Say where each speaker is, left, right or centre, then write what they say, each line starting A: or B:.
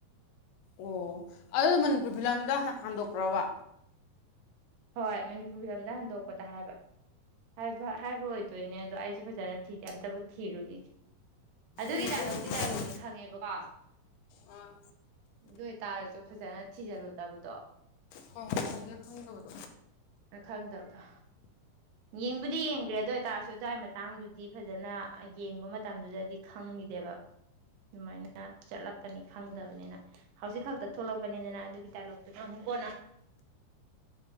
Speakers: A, on the left; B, on the right.
A: ꯑꯣ ꯑꯗꯨ ꯃꯅꯤꯄꯨꯔ ꯐꯤꯂꯝꯗ ꯍꯟꯗꯣꯛꯄ꯭ꯔꯕ
B: ꯍꯣꯏ ꯃꯅꯤꯄꯨꯔ ꯐꯤꯂꯝꯗ ꯍꯟꯗꯣꯛꯄꯗ ꯍꯥꯏꯕ ꯍꯥꯏꯕ ꯍꯥꯏꯕ ꯑꯣꯏꯗꯣꯏꯅꯦ ꯑꯗꯣ ꯑꯩꯁꯨꯦ ꯐꯖꯅ ꯊꯤꯗꯦ ꯑꯝꯇꯕꯨ ꯊꯤꯔꯨꯈꯤꯒꯦ ꯑꯗꯨꯒꯤ
A: ꯎꯝ
B: ꯗꯥꯏꯂꯣꯛꯇꯤ
A: ꯑꯩꯗꯤ ꯈꯪꯗꯤꯌꯦ
B: ꯗꯥꯏꯂꯣꯛꯅꯤ ꯈꯪꯉꯦꯕꯀꯣ
A: ꯑꯥ
B: ꯑꯗꯨ ꯑꯣꯏꯇꯥꯔꯁꯨ ꯐꯖꯅ ꯊꯤꯖꯤꯜꯂꯨꯗꯕꯗꯣ
A: ꯍꯣꯏ ꯍꯣꯏ ꯐꯖꯅ ꯈꯪꯗꯕꯗꯣ
B: ꯑ ꯈꯗꯕ ꯌꯦꯡꯕꯨꯗꯤ ꯌꯦꯡꯗ꯭ꯔꯦ ꯑꯗꯨ ꯑꯣꯏꯇꯥꯔꯁꯨ ꯑꯗꯨꯋꯥꯏ ꯃꯇꯥꯡꯗꯨꯗꯤ ꯐꯖꯅ ꯌꯦꯡꯕ ꯃꯇꯝꯗꯨꯗꯗꯤ ꯈꯪꯈꯤꯗꯦꯕ ꯑꯗꯨꯃꯥꯏꯅ ꯆꯠꯂꯛꯀꯅꯤ ꯐꯪꯗꯕꯅꯤꯅ ꯍꯧꯖꯤꯛ ꯈꯛꯇ ꯊꯣꯛꯂꯛꯄꯅꯤꯗꯅ ꯑꯗꯨꯒꯤ ꯗꯥꯏꯂꯣꯛꯇꯨꯗ ꯑꯃꯨꯛ ꯀꯣꯟꯅ